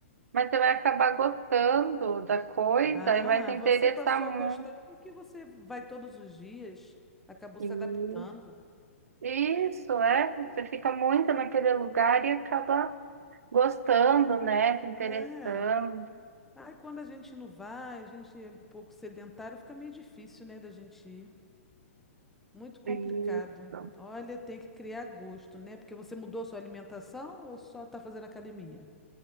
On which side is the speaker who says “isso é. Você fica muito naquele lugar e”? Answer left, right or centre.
Right